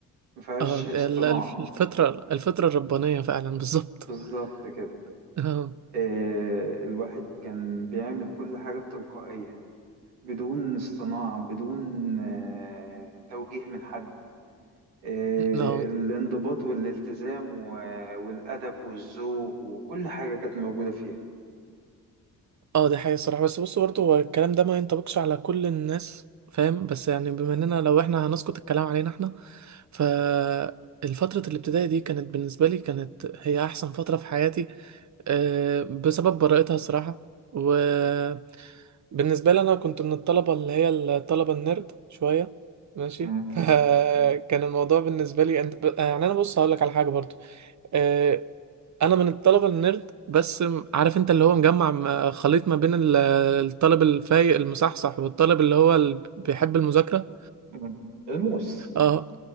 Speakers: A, on the right; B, on the right.
A: مفيهاش
B: اه ده
A: اصطناع
B: ال- الف- الفترة الفترة الربانية فعلا بالظبط
A: بالظبط كده
B: <laughs> اه
A: آه، الواحد كان بيعمل كل حاجة بتلقائية بدون اصطناع بدون آه، توجيه من حد آه،
B: اه
A: الانضباط والالتزام و- والأدب والذوق وكل حاجة كانت موجودة فيها
B: اه دي حقيقة الصراحة بس بص برضه هو الكلام ده ما ينطبقش على كل الناس فاهم بس يعني بما اننا لو احنا هنسقط الكلام علينا احنا فالفترة الابتدائي دي كانت بالنسبة لي كانت هي أحسن فترة في حياتي آه، بسبب براءتها الصراحة وبالنسبة لي أنا كنت من الطلبة اللي هي الطلبة النيرد شوية ماشي
A: مم.
B: <laughs> فكان الموضوع بالنسبة لي أنت يعني أنا بص هقولك على حاجة برضو آه، أنا من الطلبة النيرد بس عارف أنت اللي هو مجمع م- خليط ما بين ال- الطالب الفايق المصحصح والطالب اللي هو اللي بيحب المذاكرة
A: مم. الموس
B: اه